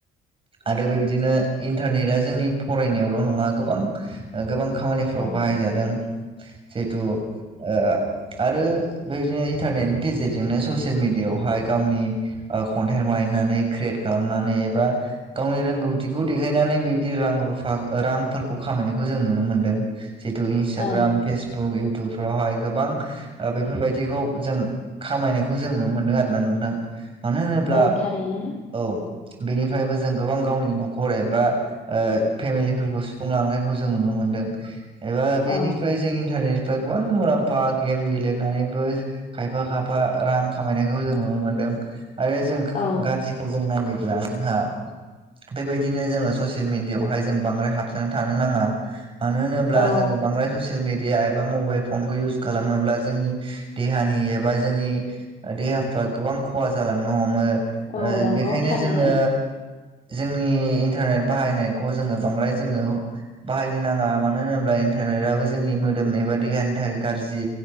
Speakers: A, on the right (about 30°); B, on the left (about 45°).
A: आरो बेबायदिनो इन्टारनेटआ जोंनि फरायनायावल' नङा गोबां गोबां खामानिफ्राव
B: औ
A: बाहायजादों जिहेथु ओ आरो बेबायदिनो इन्टारनेटनि गेजेरजोंनो ससियेल मेडियायावहाय गावनि कन्टेन्ट बानायनानै क्रियेट खालामनानै एबा गावनि रोंगौथिखौ देखायनानै बे दि रां रुफा रांफोरखौ खामायनायखौ जों नुनो मोन्दों जिहेतु इन्स्टाग्राम,
B: औ
A: फेस बुक, इउटुबफ्रावहाय गोबां ओ बेफोरबायदिखौ जों खामायनायखौ जों नुनो मोनदों आरोना नोंथां मानो होनोब्ला
B: औ थारैनो
A: औ बेनिफ्रायबो जों गोबां गावनि न'खर एबा ओ फेमिलिफोरखौ सुफुंलांनायखौ जों नुनो मोनदों एबा बेनिफ्राय
B: औ
A: जों इन्टारनेट फ्राय गोबां मुलाम्फा गेम गेलेनानैबो खायफा खायफा रां खामायनायखौ जों नुनो मोन्दों आरो जों
B: औ
A: गासैखौ जों नायोब्ला जोंहा बेबायदिनो जोंङो ससे सेल मिडियायावहाय जों बांद्राय हाबसोना थानो नाङा मानो होनोब्ला
B: औ
A: जोंखौ बांद्राय होस सेल मिडिया एबा मबाइल फनखौ इउस खालामोब्ला जोंनि देहानि एबा जोंनि ओ देहाफ्रा गोबां खहा जालांनो हमो
B: औ
A: ओ
B: नंगौ
A: बेखायनो
B: थारैनो
A: जोङो जोंनि इन्टारनेट बाहायनायखौ जोङो बांद्राय जोङो बाहायनो नाङा मानो होनोब्ला इन्टारनेटआबो जोंनि मोदोम एबा देहानि थाखाय गाज्रि